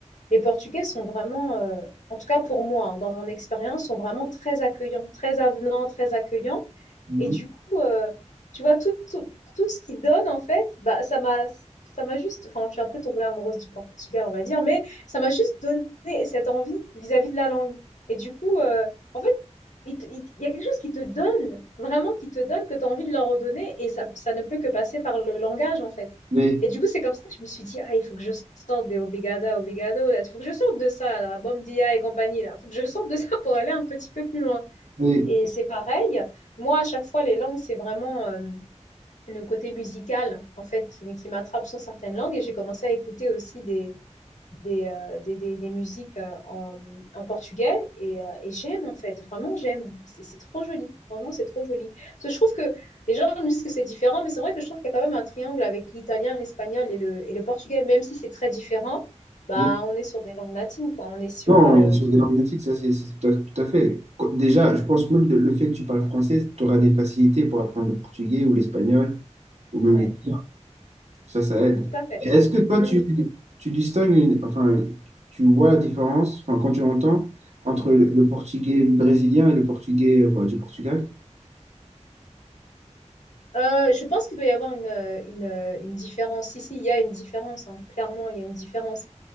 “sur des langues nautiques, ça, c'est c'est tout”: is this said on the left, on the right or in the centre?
Right